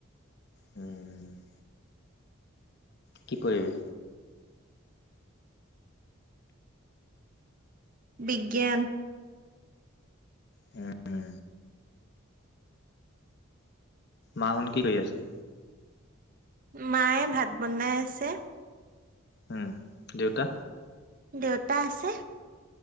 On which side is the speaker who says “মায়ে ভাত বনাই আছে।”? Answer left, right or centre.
Right